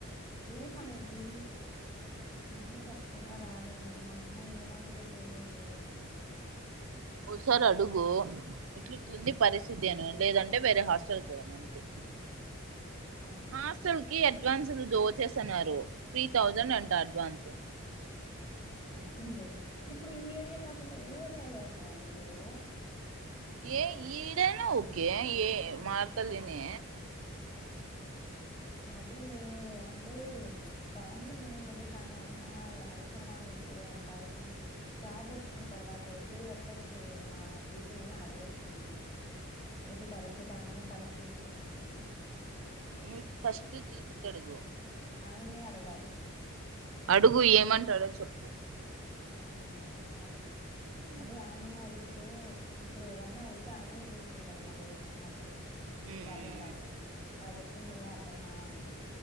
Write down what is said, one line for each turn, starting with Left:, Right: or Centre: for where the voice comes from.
Left: రూమ్ అనేది ఇంట్లో చెప్పకుండా రాలేను మా అమ్మ ఏమంటదో తెలిదు
Right: ఓసారి అడుగు ఇట్లి ఇట్లింది పరిస్థితి అను లేదంటే వేరే హాస్టల్కి పోదాం అంతే
Left: ఆ
Right: హాస్టల్ కి అడ్వాన్స్ దోచేస్తున్నారు త్రీ థౌజండ్ అంట అడ్వాన్స్
Left: అవునులే ఇప్పుడు ఈ ఏరియా కాకుండా ఏ ఏరియాలో ఉందామని మీరు
Right: ఏ ఈడను ఓకే ఏ మార్తహళ్లి నే
Left: అదే లే అంటే ప్రాబ్లం ఏమిండదు కానీ అమ్మ అవసరమా మీకు అంత అవసరమా జాబ్ వచ్చిన తర్వాత అయితే ఎట్టొకటి మా జేజి నన్న అయినా అడగొచ్చు ఇది పరిస్థితి అందరం కలిసి తీసుకుంటామండి
Right: నువ్ ఫస్ట్ జిజుకీ అడుగు
Left: ఆయనే అడగాలి
Right: అడుగు ఏమంటాడో చెప్పు
Left: ఆ అడగతాలే
Right: ఉమ్
Left: అదే ఆయనే అడిగితే ఇప్పుడు ఏదన్నా అయితే ఆయనే చూసుకుంటాడు మళ్ళీ నాకు
Right: ఉమ్
Left: ప్రాబ్లం లేకుండా నాకు చెప్పిందిలే అత్తమ్మా అని